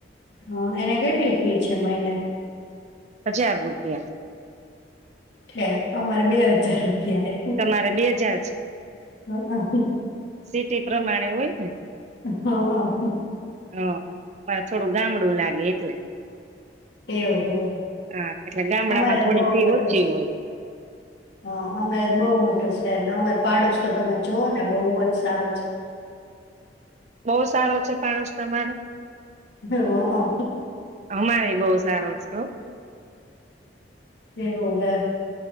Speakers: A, on the left; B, on the right.
A: હા એને કેટલી ફી છે મહિને
B: હજાર રૂપિયા
A: ઠેક અમારે બે હજાર રૂપિયા
B: તમારે બે હજાર છે
A: એ
B: - -સિટી પ્રમાણે હોય ને
A: હા
B: હ અમારે થોડું ગામડું લાગે એટલે
A: એવું
B: હા એટલે ગામડામાં
A: અમારે જ
B: થોડી
A: બહુ
B: ફી
A: મોટો
B: ઓછી હોય.
A: હ અમારે તો બહુ મોટો છે, ને અમાર પાડોશી તમે જોઓ ને બહુ જ સારો છે.
B: બહુ સારો છે, પાડોશ તમારો?
A: એ અઅ
B: અમારેય બહુ સારો છે હો.
A: એવું હે.